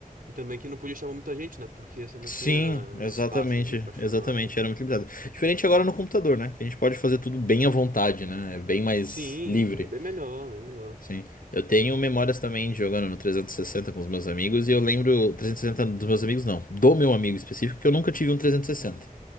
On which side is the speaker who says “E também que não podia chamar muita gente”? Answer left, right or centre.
Right